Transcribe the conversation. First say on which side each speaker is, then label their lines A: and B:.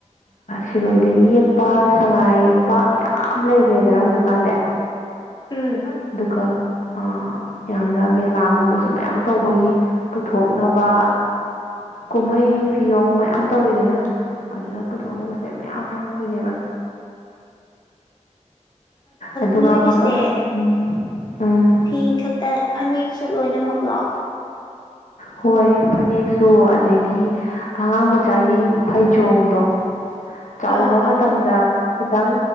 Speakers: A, on the left; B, on the left.
A: ꯁꯤꯔꯣꯏ ꯂꯤꯂꯤ ꯌꯦꯛꯄ ꯁꯉꯥꯏ ꯌꯦꯛꯄ ꯌꯥꯝ ꯂꯩꯒ꯭ꯔꯦꯗꯅ ꯍꯧꯖꯤꯛꯀꯥꯟꯗꯤ
B: ꯎꯝ
A: ꯑꯗꯨꯒ ꯑꯥ ꯌꯥꯝꯅ ꯃꯦꯂꯥꯒꯨꯝꯕꯁꯨ ꯃꯌꯥꯝ ꯇꯧꯕꯒꯤ ꯄꯨꯊꯣꯛꯅꯕ ꯀꯨꯝꯍꯩ ꯐꯤꯌꯣꯡ ꯃꯌꯥꯝ ꯇꯧꯋꯤꯗꯅ ꯑꯗꯨꯗ ꯄꯨꯊꯣꯛꯅꯕꯁꯦ ꯃꯌꯥꯝ ꯍꯥꯏꯔꯛꯇꯣꯏꯅꯦꯕ ꯑꯗꯨꯒ
B: ꯅꯣꯏꯒꯤꯁꯦ
A: ꯃꯈꯜ ꯎꯝ ꯎꯝ
B: ꯐꯤ ꯈꯛꯇ ꯐꯅꯦꯛꯁꯨ ꯂꯣꯏꯅꯃꯛꯂꯣ
A: ꯍꯣꯏ ꯐꯅꯦꯛꯁꯨ ꯑꯗꯩꯗꯤ ꯑꯉꯥꯡ ꯃꯆꯥꯒꯤ ꯐꯩꯖꯣꯝꯗꯣ ꯆꯥꯛꯎꯝꯕ
B: ꯑꯥ
A: ꯃꯇꯝꯗ
B: ꯑꯥ
A: ꯈꯤꯇꯪ